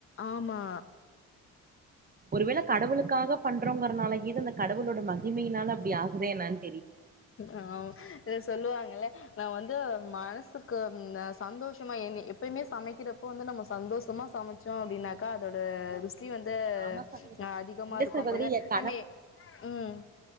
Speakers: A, on the left (about 45°); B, on the right (about 30°).
A: ஆமா
B: ஒருவேள கடவுளுக்காக பண்றோங்கறனால கீது அந்த கடவுளோட மகிமையினால அப்டி ஆகுதா என்னன்
A: ஆமா ஏதோ சொல்லுவாங்கள்ல நா வந்து மனசுக்கு ம் சந்தோஷமா என் ன எப்பயுமே சமைக்கிறப்போ வந்து நம்ம சந்தோஷமா சம ச்சோ அப்டின்னாக்கா அதோட ருசி வந்து
B: ஆமா சகோதரி
A: அ அதிகமா
B: இல்ல
A: இருக்கும்
B: சகோதரி
A: போதே
B: என்
A: நம்ம ம்